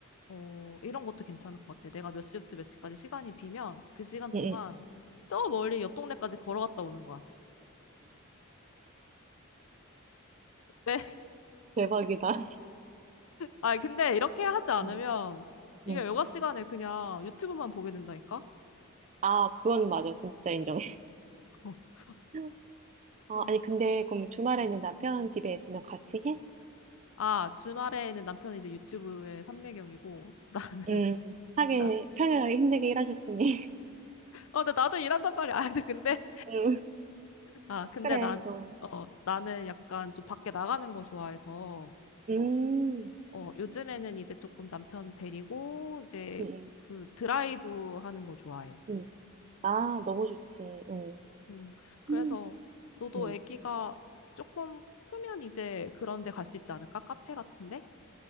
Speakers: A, on the left; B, on the right.
A: 어, 이런 것도 괜찮을 것 같아. 내가 몇 시부터 몇 시까지 시간이 비면 그 시간
B: 응,
A: 동안
B: 응.
A: 저 멀리 옆 동네까지 걸어갔다 오는 거야. 왜? <laughs>
B: 대박이다. <laughs>
A: 아, 근데 이렇게 하지 않으면
B: 응,
A: 이게
B: 응.
A: 여가 시간에 그냥 유튜브만 보게 된다니까?
B: 아, 그건 맞아. 진짜 인정해.
A: <laughs>
B: <laughs> 어,
A: 좀,
B: 아니 근데 그럼 주말에는 남편 집에 있으면 같이 해?
A: 아, 주말에는 남편이 이제 유튜브의 삼매경이고, 나는,
B: 응.
A: <laughs>
B: 하긴
A: 나,
B: 평일날 힘들게 일하셨으니.
A: 어, 근데 나도 일한단 말이야. 아, 근데, 근데-
B: <laughs> 응,
A: 아, 근데
B: 그래.
A: 난,
B: 어.
A: 어, 나는 약간 좀 밖에 나가는 거 좋아해서,
B: 음,
A: 어, 요즘에는 이제 조금 남편 데리고, 이제
B: 음, 음.
A: 그 드라이브 하는 거 좋아해.
B: 음. 아, 너무 좋지. 응,
A: 음, 그래서
B: 응,
A: 너도
B: 응,
A: 애기가 조금 크면 이제 그런 데 갈 수 있지 않을까? 카페 같은데?